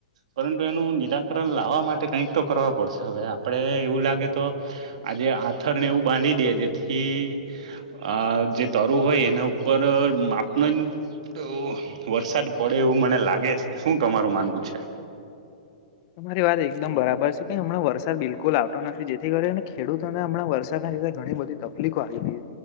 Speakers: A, on the right; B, on the left.
A: પરંતુ એ નું નિરાકરણ લાવવા માટે કઈક તો કરવા પડશે હવે આપે એવું લાગે તો, આજે આથર એવું બાંધી દે જેથી, આ જે તરું હોય એના ઉપર પર માપન તો વરસાદ પડે એવું મને લાગે છે, શું તમારું માનવું છે.
B: હ <inaudible> તમારી વાત એકદમ બરાબર છે કે હમણાં વરસાદ બિલકુલ આવતો નથી જેથી કરીને ખેડૂતોને હમં વરસાદના લીધે ઘણી બધી તકલીફો આવી હતી,